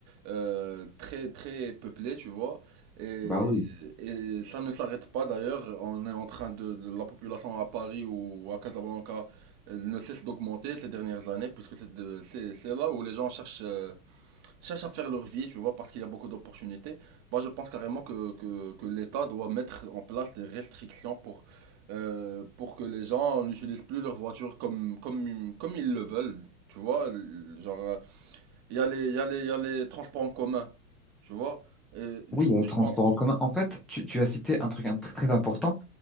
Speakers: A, on the right; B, in the centre.
A: euh, très, très peuplées, tu vois. Et,
B: bah oui.
A: et ça ne s'arrête pas d'ailleurs. On est en train de, de- la population à Paris ou à Casablanca elle ne cesse d'augmenter ces dernières années, puisque c'est de- c'est c'est là où les gens cherchent, euh, cherchent à faire leur vie, tu vois, parce qu'il y a beaucoup d'opportunités. Moi, je pense carrément que, que, que l'État doit mettre en place des restrictions pour, euh, pour que les gens n'utilisent plus leur voiture comme, comme, comme ils le veulent, tu vois. Genre, euh, il y a les, il y a les, il y a les transports en commun, tu vois. Et du
B: Oui, il
A: coup,
B: y a les transports
A: je pense que...
B: en commun. En fait, tu, tu as cité un truc un- très très important.